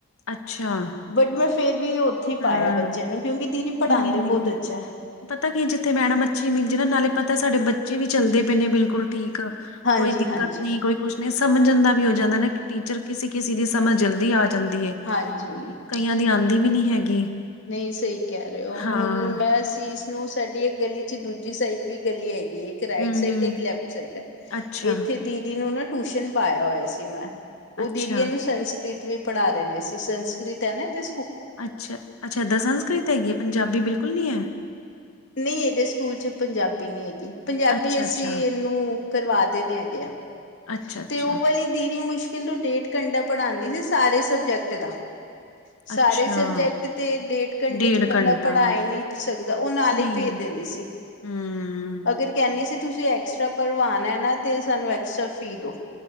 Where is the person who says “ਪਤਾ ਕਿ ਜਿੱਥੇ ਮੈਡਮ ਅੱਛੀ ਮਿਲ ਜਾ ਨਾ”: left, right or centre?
Left